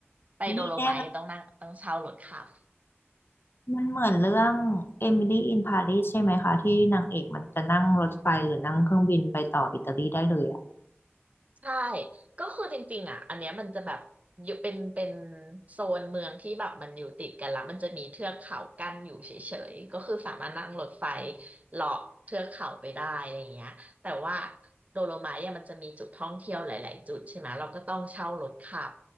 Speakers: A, on the right; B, on the left.
A: ไปโดโลไมท์ต้องนั่งต้องเช่ารถขับ
B: นี่แน่เลยมันเหมือนเรื่องเอมิลี่อินปารีสใช่ไหมคะที่นางเอกมันจะนั่งรถไฟหรือนั่งเครื่องบินไปต่ออิตาลีได้เลยอะ
A: ใช่ก็คือจริงๆอ่ะอันเนี้ยมันจะแบบอยู่เป็นเป็นโซนเมืองที่แบบมันอยู่ติดกันละมันจะมีเทือกเขากั้นอยู่เฉยๆก็คือสามารถนั่งรถไฟเลาะเทือกเขาไปได้อะไรอย่างเงี้ยแต่ว่าโดโลไมท์อะมันจะมีจุดท่องเที่ยวหลายๆจุดใช่ไหม เราก็ต้องเช่ารถขับ